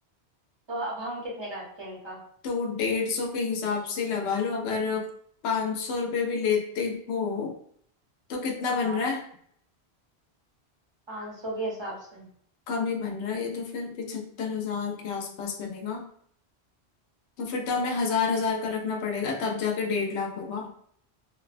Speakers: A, on the right; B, on the left.
A: तो अब हम कितने का रखें इनका
B: तो डेढ़ सौ के हिसाब से लगा लो अगर पाँच सौ रुपये भी लेते हो तो कितना बन
A: हाँ
B: रहा है
A: पाँच सौ के हिसाब से
B: कम ही बन रहा है ये तो फिर पिछहत्तर हजार के आसपास बनेगा तो फिर तो हमें हजार हजार का रखना पड़ेगा तब जाके डेढ़ लाख होगा